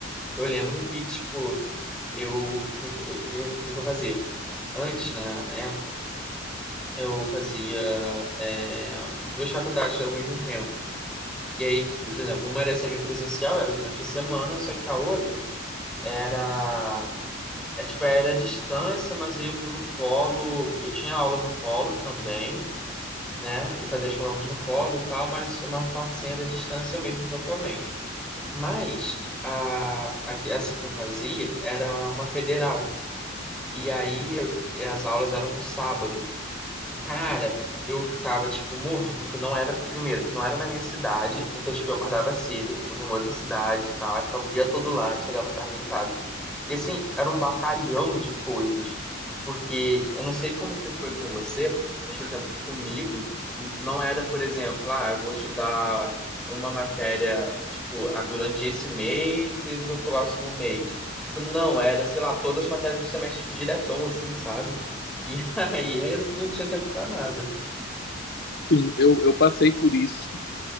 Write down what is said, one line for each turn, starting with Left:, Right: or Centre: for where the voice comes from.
Centre: Eu lembro que, tipo, eu, o que, que- o que, eu- o que que eu fazia? Antes, na, na época, eu fazia é, duas faculdades ao mesmo tempo. E aí, por exemplo, uma era semipresencial, era durante a semana, só que a outra era, é, tipo, era à distância, mas eu ia pro polo, eu tinha aula no polo também, né? E fazia as provas no polo e tal, mas a maior parte sim era à distância mesmo, totalmente. Mas a, a, que- essa que eu fazia era uma federal. E aí eu- e as aulas eram no sábado. Cara, eu ficava, tipo, morto, porque não era, primeiro, que não era na minha cidade, então, tipo, eu acordava cedo, fui pra uma outra cidade e tal, aí ficava o dia todo lá e chegava tarde em casa. E, assim, era um batalhão de coisas, porque eu não sei como que foi com você, mas, por exemplo, comigo, n- não era, por exemplo, ah, eu vou estudar uma matéria, tipo, ah, durante esse mês e do próximo mês. Tipo, não, era, sei lá, todas as matérias do semestre, tipo, diretão, assim, sabe? E <laughs> aí eu não tinha tempo pra nada.
Left: Sim, eu, eu passei por isso,